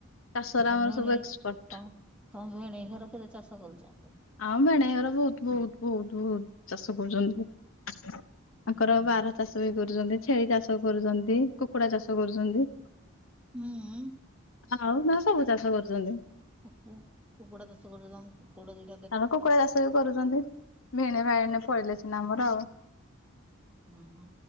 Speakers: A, on the left; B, in the centre.
A: ଚାଷରେ
B: ତମରି
A: ଆମର ସବୁ ଏକ୍ସପର୍ଟ
B: ତମ ତମ ଭେଣେଇ ଘର କେତେ ଚାଷ କରୁଛ?
A: ଆଉ ଭେଣେଇ ଘର ବହୁତ ବହୁତ ବହୁତ ବହୁତ ଚାଷ କରୁଛନ୍ତି।
B: <unintelligible>
A: ତାଙ୍କର ବାର ଚାଷ ବି କରୁଛନ୍ତି ଛେଳି ଚାଷ କରୁଛନ୍ତି କୁକୁଡା ଚାଷ କରୁଛନ୍ତି।
B: ହୁଁ
A: ଆଉ ନା ସବୁ ଚାଷ କରୁଚନ୍ତି।
B: କୁ କୁ କୁକୁଡ଼ା ଚାଷ <unintelligible> କୁକୁଡ଼ା ଦେଇ
A: ଆମ କୁକୁଡ଼ା ଚାଷ ବି କରୁଛନ୍ତି ଭିଣେଇ ଭାଇ ଏଇନା ପଳେଇଲେ ସିନା ଆମର ଆଉ।
B: ହୁଁ ହୁଁ